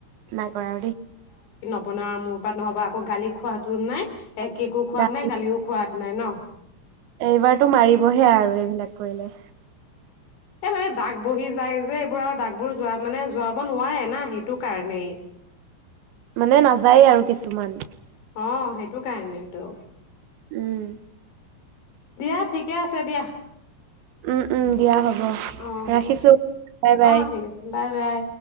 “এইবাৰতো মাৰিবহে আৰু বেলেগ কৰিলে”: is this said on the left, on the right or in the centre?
Right